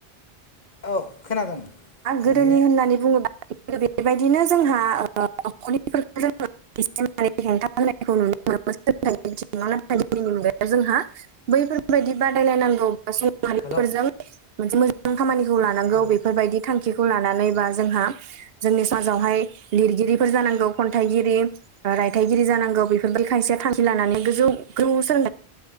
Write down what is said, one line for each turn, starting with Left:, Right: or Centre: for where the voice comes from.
Left: औ खोनादों माने
Right: गोदोनि होननानै बुङोब्ला बेबायदिनो जोंहा ओ नख'रनि फोरखौ जोङो <unintelligible> होनायखौ नुनो मोनो बिथिङाव नाथाय दिनैनि मुगायाव जोंहा बैफोरबायदि बादायलायनांगौ सुबुं माहारिफोरजों
Left: हेलौ
Right: मोनसे मोजां खामानिखौ लानांगौ
Left: हेलौ
Right: बेफोरबायदि थांखिखौ लानानै बा जोंहा जोंनि समाजावहाय लिरगिरिफोर जानांगौ खन्थाइगिरि रायथाइगिरि जानांगौ बेफोरबायदि खायसेया थांखि लानानै गोजौ गोजौ सो